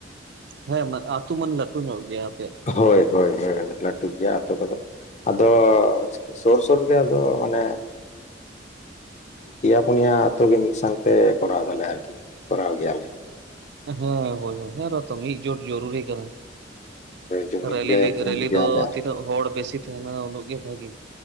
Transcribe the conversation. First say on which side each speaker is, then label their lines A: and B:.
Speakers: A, on the right; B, on the left.
A: ᱦᱳᱭ ᱢᱟ ᱟᱹᱛᱩ ᱢᱟᱱ ᱞᱟᱹᱴᱩᱧᱚᱜ ᱜᱮᱭᱟᱼᱼ
B: ᱦᱳᱭ ᱦᱭ ᱦᱳᱭ ᱞᱟᱼᱼ ᱞᱟᱹᱴᱩ ᱜᱮᱭᱟ ᱟᱹᱛᱩ ᱠᱚᱫᱚ ᱟᱫᱚ ᱥᱳᱨ ᱥᱳᱨ ᱜᱮ ᱟᱫᱚ ᱢᱟᱱᱮᱼᱼ ᱯᱮᱭᱟ ᱯᱳᱱᱭᱟ ᱟᱛᱳ ᱜᱮ ᱢᱤᱫ ᱥᱟᱶᱛᱮ ᱠᱚᱨᱟᱣ ᱫᱟᱞᱮ ᱟᱨᱠᱤ ᱠᱚᱨᱟᱣ ᱜᱮᱭᱟᱞᱮ᱾
A: ᱦᱮᱸ ᱦᱳᱭ ᱦᱳᱭ ᱦᱮᱸ ᱨᱚᱛᱚ ᱢᱤᱫ ᱡᱳᱴ ᱡᱚᱨᱩᱨᱤ ᱠᱟᱱᱟ᱾
B: ᱡᱩᱢᱤᱫ
A: ᱨᱮᱞᱤ
B: ᱜᱮ
A: ᱞᱮ
B: ᱡᱩᱢᱤᱫ
A: ᱨᱮᱞᱤ
B: ᱜᱮᱭᱟᱞᱮ
A: ᱫᱚ ᱛᱤᱱᱟᱹᱜ ᱦᱚᱲ ᱵᱮᱥᱤ ᱛᱟᱦᱮᱱᱟ ᱩᱱᱟᱹᱜ ᱜᱮ ᱵᱷᱟᱹᱜᱤ᱾